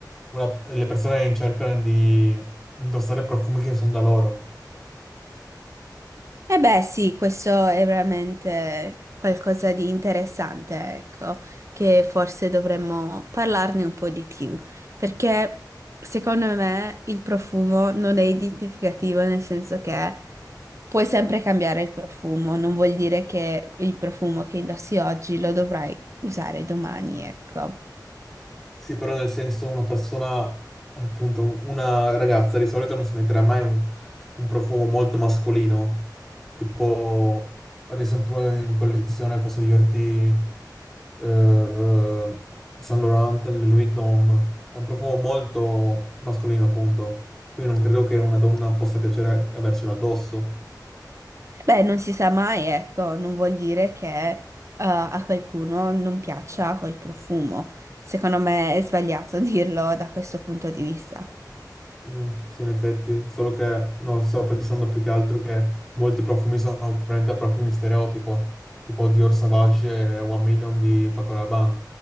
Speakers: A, in the centre; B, on the right.
A: una- le persone cercano di indossare profumi che sono da loro.
B: Eh beh, sì, questo è veramente qualcosa di interessante, ecco, che forse dovremmo parlarne un po' di più, perché secondo me il profumo non è identificativo nel senso che puoi sempre cambiare il profumo, non vuol dire che il profumo che indossi oggi lo dovrai usare domani, ecco.
A: Sì, però nel senso una persona, appunto, un- una ragazza di solito non si metterà mai un, un profumo molto mascolino. Tipo, ad esempio in collezione posso dirti eh, Saint Laurent, le Louis Vuitton. È un profumo molto mascolino, appunto. Quindi non credo che una donna possa piacere avercelo addosso.
B: Beh, non si sa mai, ecco, non vuol dire che eh, a qualcuno non piaccia quel profumo. Secondo me è sbagliato <laughs> dirlo da questo punto di vista.
A: Mm, sì, in effetti, solo che no, stavo pensando più che altro che molti profumi sono probabilmente profumi stereotipo, tipo Dior Sauvage e One Million di Paco Rabanne,